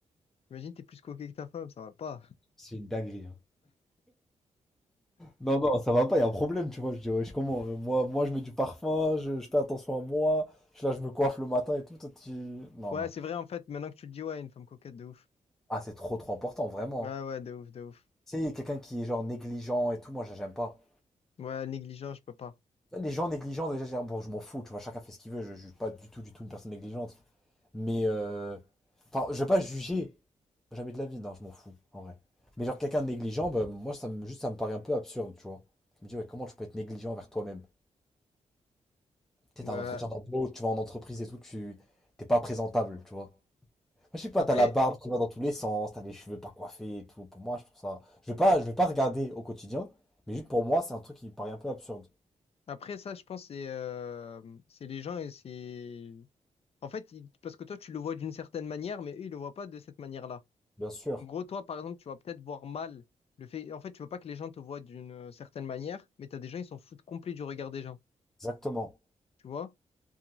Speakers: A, on the left (about 50°); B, in the centre.
A: Imagine, t'es plus coquet que ta femme, ça va pas.
B: C'est une dinguerie, hein. Non, non, ça va pas, il y a un problème, tu vois. Je dis, ouais, je comment? euh, Moi, moi, je mets du parfum, je, je fais attention à moi, je, là, je me coiffe le matin et tout. Toi, tu... Non,
A: Ouais,
B: non.
A: c'est vrai, en fait, maintenant que tu le dis, ouais, une femme coquette, de ouf.
B: Ah, c'est trop, trop important, vraiment.
A: Ouais,
B: hein.
A: ouais, de ouf, de ouf.
B: Tu sais, quelqu'un qui est genre négligent et tout, moi, je- j'aime pas.
A: Ouais, négligent, je peux pas.
B: Ouais, Les gens négligents, déjà, je dis, bon, je m'en fous, tu vois, chacun fait ce qu'il veut, je je suis pas du tout, du tout une personne négligente. Mais, euh... enfin, je vais pas juger. Jamais de la vie, non, je m'en fous, en vrai. Mais genre, quelqu'un de négligent, bah, moi, ça me, juste, ça me paraît un peu absurde, tu vois. Je me dis, ouais, comment tu peux être négligent envers toi-même? Tu
A: Ouais.
B: sais, t'as un entretien d'embauche, tu vas en entreprise et tout, tu t'es pas présentable, tu vois. Moi, je sais pas,
A: Après,
B: t'as la barbe qui va dans tous les sens, t'as les cheveux pas coiffés et tout. Pour moi, je trouve ça. Je vais pas, je vais pas regarder au quotidien, mais juste pour moi, c'est un truc qui me paraît un peu absurde.
A: après ça, je pense, c'est euh, c'est les gens et c'est... En fait, ils- parce que toi, tu le vois d'une certaine manière, mais eux, ils le voient pas de cette manière-là.
B: Bien sûr,
A: En gros, toi, par exemple, tu vas peut-être voir mal le fait... En fait, tu veux pas que les gens te voient d'une euh, certaine manière, mais t'as des gens, ils s'en foutent complet du regard des gens,
B: exactement.
A: tu vois?